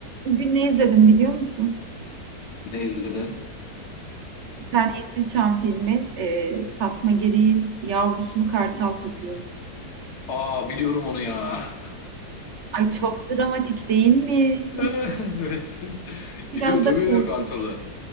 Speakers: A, on the right (about 50°); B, on the left (about 75°).
A: Bugün ne izledim biliyor musun?
B: Ne izledin?
A: Bir tane Yeşilçam filmi e, Fatma Giri'nin yavrusunu kartal kapıyor.
B: Aa biliyorum onu ya. <laughs>
A: Ay çok dramatik değil mi?
B: Evet.
A: Biraz
B: Gidiyor dövüyor
A: da korkunç.
B: ya kartalı.